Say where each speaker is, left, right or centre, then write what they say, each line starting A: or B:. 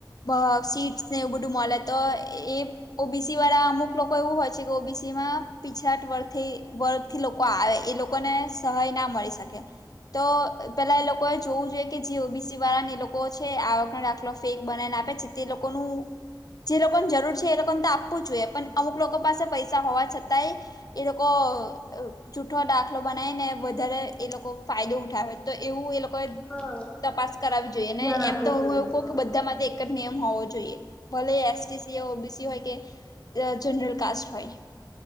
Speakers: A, on the left; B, on the left.
A: બ સીટ ને એવુ બધું મળે તો એ ઓબીસી વાળા અમુક લોકો એવું હોય છે કે ઓબીસી માં પિછડાટ વર્થથી વર વરથી લોકો આવે એ લોકોને સહાય ના મળી શકે. તો પેલા એ લોકોએ જોવું જોઈએ કે જે ઓબીસી વાળા ને લોકો છે આવકનો દાખલો ફેક બનાવીને આપે છે તે લોકોનું જે લોકોને જરૂર છે એ લોકોને તો આપવું જ જોઈએ પણ અમુક લોકો પાસે પૈસા હોવા છતાંય એ લોકો અ જૂઠ્ઠો દાખલો બનાય ને વધ વધારે એ લોકો ફાયદો ઉઠાવે તો એવું એ લોકો
B: હા
A: તપાસ કરાવવી જોઈએ
B: ધ્યાન
A: ને
B: આપવું
A: એમ તો હું
B: જોઈએ
A: એવું કહું
B: હા
A: કે બધા માટે એક જ નિયમ હોવો જોઈએ ભલે એસટીસી, ઓબીસી હોય કે જનરલ કાસટ હોય.